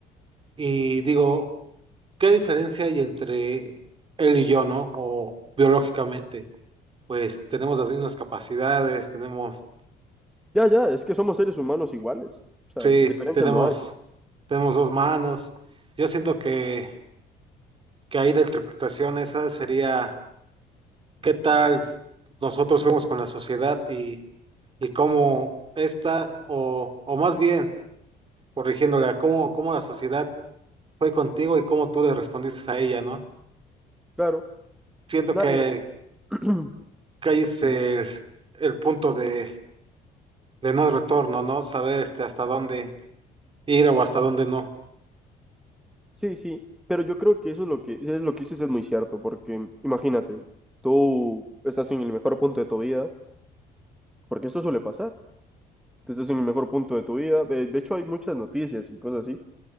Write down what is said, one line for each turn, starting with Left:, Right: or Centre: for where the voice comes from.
Right: y digo, ¿qué diferencia hay entre él y yo, ¿no? O biológicamente, pues tenemos las mismas capacidades, tenemos
Centre: Ya, ya, es que somos seres humanos iguales, o sea,
Right: Sí,
Centre: diferencias
Right: tenemos,
Centre: no hay.
Right: tenemos dos manos. Yo siento que, que ahí la interpretación esa sería qué tal nosotros fuimos con la sociedad y, y cómo esta, o, o más bien, corrigiéndola, cómo, cómo la sociedad fue contigo y cómo tú le respondiste a ella, ¿no?
Centre: Claro,
Right: Siento
Centre: nadie.
Right: que,
Centre: <clears throat>
Right: que ahí es el,
Centre: de-
Right: el punto de, de no retorno, ¿no? Saber este, hasta dónde ir o hasta dónde no.
Centre: Sí, sí, pero yo creo que eso es lo que, es lo que dices es muy cierto, porque imagínate, tú estás en el mejor punto de tu vida, porque esto suele pasar, tú estás en el mejor punto de tu vida, de, de hecho hay muchas noticias y cosas así,